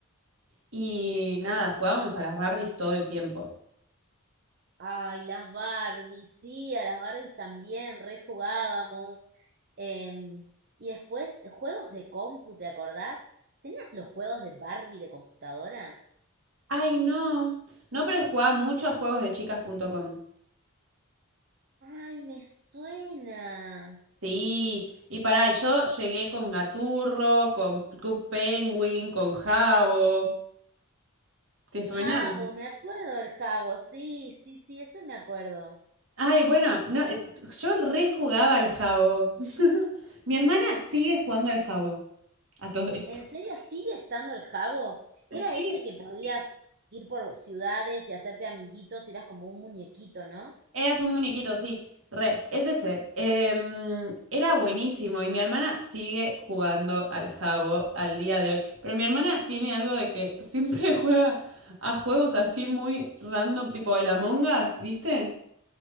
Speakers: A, on the right; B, on the right.
A: Y nada, jugábamos a las Barbies todo el tiempo.
B: Ay, las Barbies, sí, a las Barbies también rejugábamos. Em, y después, juegos de compu, ¿te acordás? ¿Tenías los juegos de Barbie de computadora?
A: Ay, no. No, pero jugaba mucho a juegos de chicas.com.
B: Ay, me suena.
A: Sí, y pará, y yo llegué con Gaturro, con Club Penguin, con Jabo. ¿Te suenan?
B: Jabo, me acuerdo del Jabo, sí, sí, sí, eso me acuerdo.
A: Ay, bueno, no, eh, yo rejugaba al Jabo. <laughs> Mi hermana sigue jugando al Jabo a todo esto.
B: ¿En serio sigue estando el Jabo? Era
A: Sí,
B: ese que podías ir por ciudades y hacerte amiguitos, y eras como un muñequito, ¿no?
A: Eras un muñequito, sí. Re, es ese. Em, era buenísimo y mi hermana sigue jugando al jabo al día de hoy. Pero mi hermana tiene algo de que siempre <laughs> juega a juegos así muy random, tipo el Among Us, ¿viste?